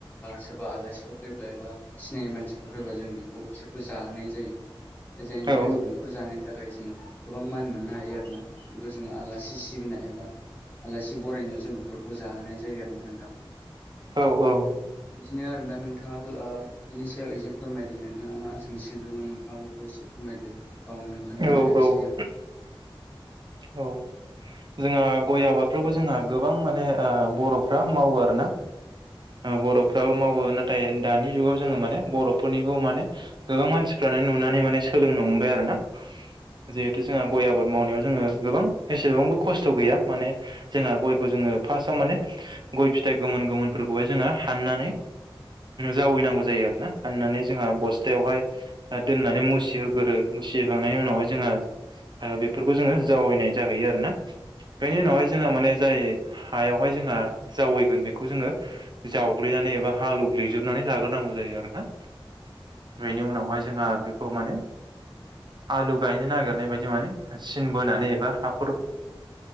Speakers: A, on the left; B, on the right.
A: सोरबा आलासिफोर फैब्ला एबा सिनायै मानसिफोर फैबा जों बेखौ बिसोरखौ जाहोनाय जायो। जायनि थाखाय
B: औ
A: जों बेफोर जानायनि थाखाय जों गोबां मान मोननो हायो आरो ना। बेफोरखौ जों आलासि सिबिनाय एबा आलासि बरायनायाव जों बेफोरखौ जाहोनाय जायो आरो नोंथां।
B: औ औ
A: बिदिनो आरो दा नोंथाङाबो बिनि सायाव एसे फोरमायदो नोंथाङा मा सोंथि सोंदोंमोन नोंथाङा बेखौ एसे फोरमायदो। औ नोंथांनि
B: औ
A: मोनदांथिजों
B: औ जोंहा गय आबादफोरखौ
A: दे
B: जोंहा गोबां माने बर'फ्रा मावो आर ना। बर'फ्राबो मावो नाथाय दानि जुगाव जोङो माने बर'फोरनिखौ माने गोबां मानसिफ्रानो नुनानै माने सोलोंनो हमबाय आरो ना। जिहेथु जोंहा गय
A: औ
B: आबाद मावनायाव जोङो गोबां एसेबांबो खस्थ' गैया माने जोंहा गयखौ जोङो फार्स्टाव माने गय फिथाइ गोमोन गोमोन फोरखौहाय जोङो हाननानै जावैनांगौ जायो आर ना हाननानै जोंहा बस्थायावहाय दा दोननानै मुसिहोगोरो मुसिहखांनायनि उनावहाय जोंङो बेफोरखौ जोङो
A: औ
B: जावैनाय जाहैयो आरो ना बेनि उनावहाय जोंहा माने जाय हायावहाय जोंहा जावैगोन बेखौ जोङो जावग्लिनानै एबा हालौवग्लिजोबनानै लाग्रोनांगौ जायो आरो ना। बेनि उनावहाय जोंहा बेखौ माने आलु गायनो नागिरनाय बायदि माने सिन बोनानै एबा हाखर